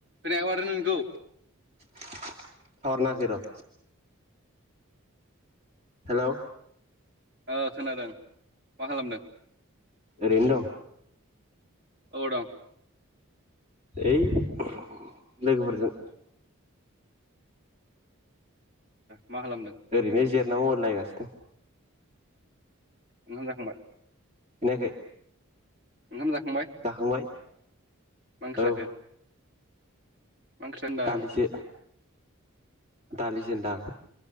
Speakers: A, on the right (about 50°); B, on the right (about 30°).
A: होनायाव आरो नोंगौ।
B: टावार नाङाखै र' हेलौ
A: ओ खोनादों मा खालामदों?
B: ओरैनो दं।
A: अबाव दं?
B: ओइ <unintelligible> लोगोफोरजों।
A: मा खालामदों?
B: ओरैनो जेरायना मबेइल नायगासिनो दं।
A: ओंखाम जाखांबाय?
B: खोनायाखै?
A: ओंखाम जाखांबाय।
B: जाखांबाय।
A: मा ओंख्रि
B: औ
A: जाखो मा ओंख्रि होनदा?
B: दालिसो
A: आटसा
B: दालिसो होनदां